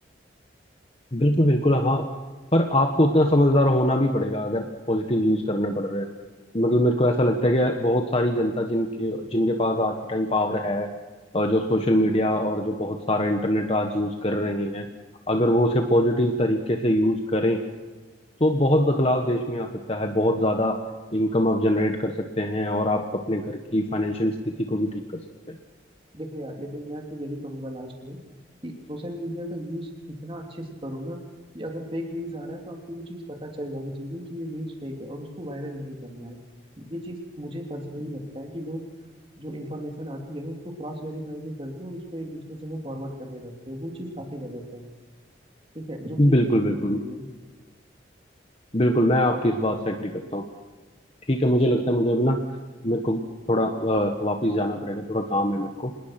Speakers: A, on the left; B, on the right.
A: है बिल्कुल बिल्कुल हाँ पर आपको उतना समझदार होना भी पड़ेगा अगर पॉजिटिव यूज करने पड़ रहे हैं मतलब मेरे को ऐसा लगता है कि बहुत सारी जनता जिनके जिनके पास आज के टाइम पावर है और जो सोशल मीडिया और जो बहुत सारा इंटरनेट आज यूज कर रहे हैं अगर वो उसे पॉजिटिव तरीके से यूज करें तो बहुत बदलाव देश में आ सकता है बहुत ज्यादा इनकम आप जनरेट कर सकते हैं और आप अपने घर की फाइनेंशियल स्थिति को भी ठीक कर सकते
B: देखो यार लेकिन मैं तो यही कहूंगा लास्ट में कि सोशल मीडिया का यूज इतना अच्छे से करो ना कि अगर फेक न्यूज आ रहा है तो आपको वो चीज पता चल जानी चाहिए कि ये न्यूज फेक है और उसको वायरल नहीं करना है ये चीज मुझे पर्सनली लगता है कि लोग जो इन्फॉर्मेशन आती है ना उसको क्रॉस वेरीफाई नहीं करते और उसको एक दूसरे जगह फॉरवर्ड करने लगते हैं वो चीज काफी गलत है ठीक है जो
A: हैं
B: चीज
A: बिल्कुल
B: नहीं
A: बिल्कुल
B: होनी चाहिए
A: बिल्कुल मैं आपकी इस बात से एग्री करता हूँ ठीक है मुझे लगता है मुझे अभी ना मेरे को थोड़ा अ, वापिस जाना पड़ेगा थोड़ा काम है मेरे को